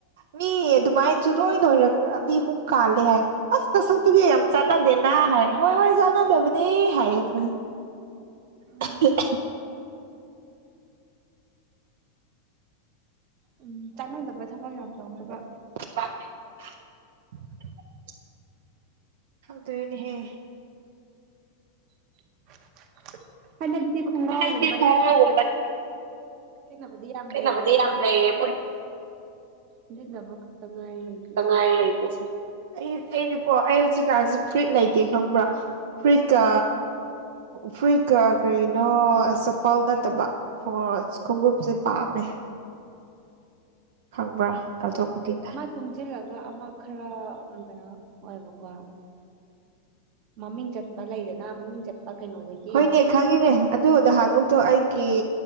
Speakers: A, on the right; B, on the right.
A: ꯃꯤ ꯑꯗꯨꯃꯥꯏꯅꯁꯨ ꯂꯣꯏ ꯂꯣꯏꯔꯒꯔ ꯃꯤ ꯑꯍꯨꯝ ꯀꯥꯜꯂꯦ ꯍꯥꯏ ꯑꯁ ꯅꯁꯛꯇꯨꯗꯤ ꯌꯥꯝ ꯆꯥꯟꯅꯗꯦꯅꯥ ꯍꯥꯏꯔ ꯍꯣꯏ ꯍꯣꯏ ꯆꯥꯟꯗꯕꯅꯤ ꯍꯥꯏꯔꯦ
B: ꯎꯝ
A: <unintelligible> <unintelligible>
B: ꯎꯝ ꯆꯥꯟꯅꯗꯕ ꯊꯕꯛ ꯌꯥꯝ ꯇꯧꯋꯦꯕ
A: <unintelligible> ꯈꯪꯗ꯭ꯔꯦꯅꯦꯍꯦ
B: <unintelligible> ꯈꯣꯡꯒ꯭ꯔꯥꯎꯒꯨꯝꯕ
A: <unintelligible>
B: ꯁꯤꯖꯟꯅꯕꯗꯤ ꯌꯥꯝ
A: ꯁꯦꯠꯅꯕꯗꯤ
B: ꯂꯩꯔꯦꯕꯨ
A: ꯌꯥꯝ ꯂꯩꯔꯦꯕꯨ
B: ꯁꯤꯖꯟꯅ ꯈꯛꯇ ꯉꯥꯏꯔꯦ ꯂꯩꯗ꯭ꯔꯤꯁꯦ
A: ꯉꯥꯏꯔꯦ ꯂꯩꯇ꯭ꯔꯤꯁꯦ ꯑꯩ ꯑꯩꯗꯤꯀꯣ ꯑꯩ ꯍꯧꯖꯤꯛꯀꯥꯟꯁꯦ ꯐꯨꯔꯤꯠ ꯂꯩꯇꯦ ꯈꯪꯕ꯭ꯔꯥ ꯐꯨꯔꯤꯠꯀ ꯐꯨꯔꯤꯠꯀ ꯀꯔꯤꯅꯣ ꯆꯄꯜ ꯅꯠꯇꯕ <unintelligible> ꯈꯣꯡꯎꯞꯁꯦ ꯄꯥꯝꯃꯦ ꯈꯪꯕ꯭ꯔꯥ <unintelligible>
B: ꯇꯨꯡꯖꯤꯜꯂꯒ ꯑꯃ ꯈꯔ ꯎꯝ ꯀꯩꯅꯣ ꯑꯣꯏꯕꯀꯣ ꯃꯃꯤꯡ ꯆꯠꯄ ꯂꯩꯗꯅ ꯃꯃꯤꯡ ꯆꯠꯄ ꯀꯩꯅꯣꯗꯒꯤ
A: ꯍꯣꯏꯅꯦ ꯈꯪꯉꯤꯅꯦ ꯑꯗꯨ ꯅꯍꯥꯟꯃꯨꯛꯇꯣ ꯑꯩꯒꯤ